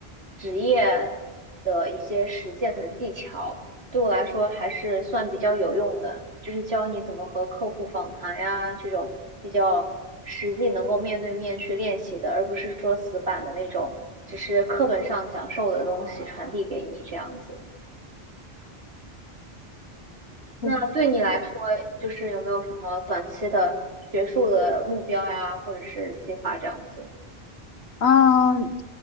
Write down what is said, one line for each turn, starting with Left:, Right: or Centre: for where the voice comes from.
Right: 职业的一些实践的技巧。对我来说还是算比较有用的，就是教你怎么和客户访谈呀，这种比较实际能够面对面去练习的，而不是说死板的那种，只是课本上讲授的东西传递给你这样子。
Left: 确实。
Right: 那对你来说，就是有没有什么短期的学术的目标呀，或者是计划这样子？
Left: 嗯，